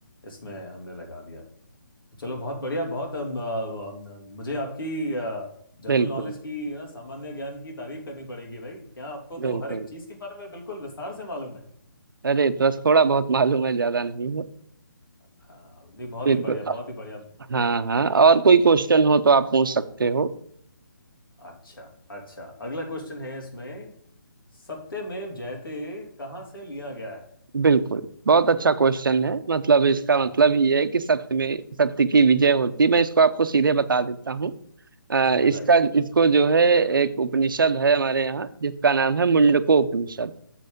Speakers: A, on the left (about 75°); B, on the right (about 70°).
A: इसमें हमने लगा दिया चलो बहुत बढ़िया बहुत अम, अम, अम, मुझे आपकी जनरल
B: बिल्कुल
A: नॉलेज की ना सामान्य ज्ञान की तारीफ करनी पड़ेगी भाई क्या आपको तो
B: बिल्कुल
A: हर एक चीज के बारे में बिल्कुल विस्तार से मालूम है
B: अरे तो बस थोड़ा बहुत मालूम है ज्यादा नहीं है
A: हाँ नहीं बहुत
B: बिल्कुल
A: ही बढ़िया बहुत ही बढ़िया
B: हाँ हाँ और कोई क्वेश्चन हो तो आप पूछ सकते हो
A: अच्छा अच्छा अगला क्वेश्चन है इसमें सत्यमेव जयते कहाँ से लिया गया है
B: बिल्कुल बहुत अच्छा क्वेश्चन है मतलब इसका
A: हाँ
B: मतलब ये है कि सत्य में सत्य की विजय होती है मैं इसको आपको सीधे बता देता हूँ अ,
A: जी बताइए
B: इसका इसको जो है एक उपनिषद है हमारे यहाँ जिसका नाम है मुंडको उपनिषद